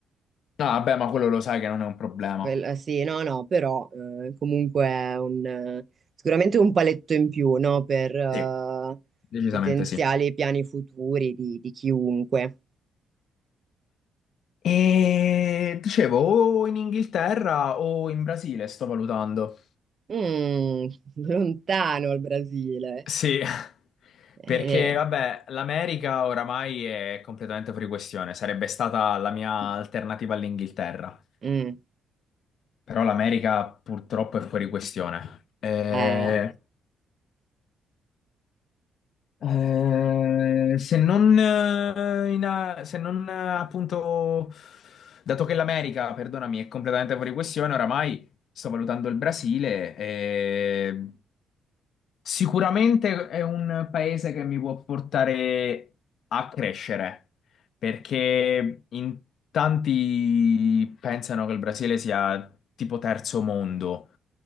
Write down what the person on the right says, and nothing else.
Quel- eh, sì, no, no, però eh, comunque è un, eh, sicuramente un paletto in più, no, per eh,
potenziali
piani futuri di, di chiunque.
Mm, <laughs> lontano il Brasile.
Eh,
eh, mm,
eh.